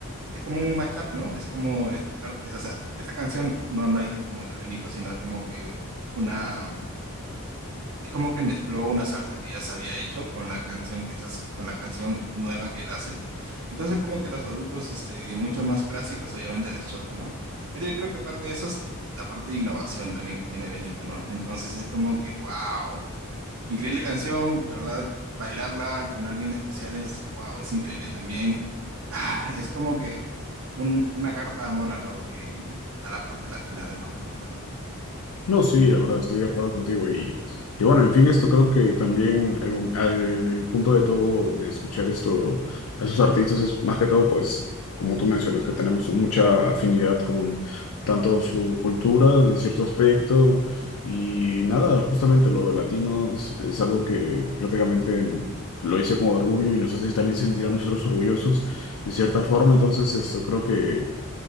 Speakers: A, on the right; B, on the left.
A: es como un mashup, ¿no? Es como, es parte, o sea, esta canción no, no es como tal Benito, sino es como que una... Es como que mezcló una salsa que ya se había hecho con la canción que está, haci- con la canción nueva que él hace. Entonces como que los adultos, este, mucho más clásicos, obviamente les choca, ¿no? Pero yo creo que parte de eso es la parte de innovación también que tiene Benito, ¿no? Entonces es como que, wow, increíble canción, la verdad, bailarla con alguien especial es, wow, es increíble también. Ah, es como que un- una carta de amor a lo que, a la parte latina de nosotros, ¿no?
B: No, sí, la verdad, estoy de acuerdo contigo. Y, y bueno, en fin, esto creo que también algún- al punto de todo de escuchar esto a esos artistas es más que todo, pues, como tú mencionas, que tenemos mucha afinidad con tanto su cultura en cierto aspecto y nada, justamente lo de latinos es algo que prácticamente lo hice con orgullo y nos hace también sentir a nosotros orgullosos de cierta forma. Entonces, esto creo que...